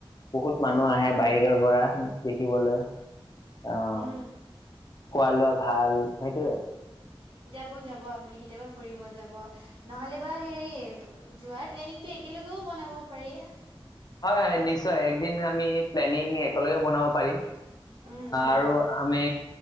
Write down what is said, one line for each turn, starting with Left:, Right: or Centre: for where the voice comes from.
Left: বহুত মানুহ
Right: অ
Left: আহে বাহিৰৰ পৰা, দেখিবলৈ অ'।
Right: উম
Left: খোৱা-লোৱা ভাল, সেইটোৱে।
Right: যাব - যাব, আপুনি কেতিয়াবা ফুৰিব যাব। নহলেবা হেৰি, যোৱাৰ প্লেনিংটো একেলগেও বনাব পাৰি।
Left: হয় - হয়, নিশ্চয়। একদিন আমি প্লেনিং একেলগে বনাব পাৰিম।
Right: উম উম
Left: আৰু আমি